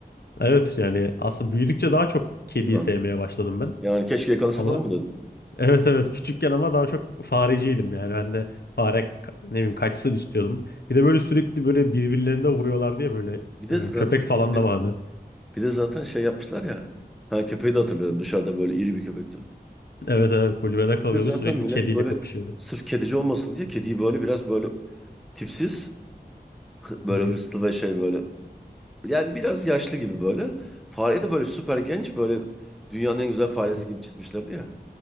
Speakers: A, on the left (about 75°); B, in the centre.
A: Evet yani aslında büyüdükçe daha çok kediyi
B: Ha.
A: sevmeye başladım ben.
B: Yani keşke yakalasa
A: Ama
B: falan mı dedim.
A: <laughs> evet evet küçükken ama daha çok fareciydim yani ben de fare ka- ne bileyim kaçsın istiyordum. Bir de böyle sürekli böyle birbirlerine vuruyorlar diye böyle
B: Bir de zaten
A: e, köpek falan
B: şey,
A: da vardı.
B: bir de zaten şey yapmışlar ya. Ha köpeği de hatırlıyorum dışarıda böyle iri bir köpekti.
A: Evet evet kulübede kalıyordu
B: Bir de zaten
A: sürekli
B: millet
A: kediyle
B: böyle
A: kapışıyordu.
B: sırf kedici olmasın diye kediyi böyle biraz böyle tipsiz, hı- böyle
A: Hı hı,
B: hırslı ve şey böyle Yani biraz yaşlı gibi böyle. Fareyi de böyle süper genç böyle dünyanın en güzel faresi
A: hı hı.
B: gibi çizmişlerdi ya.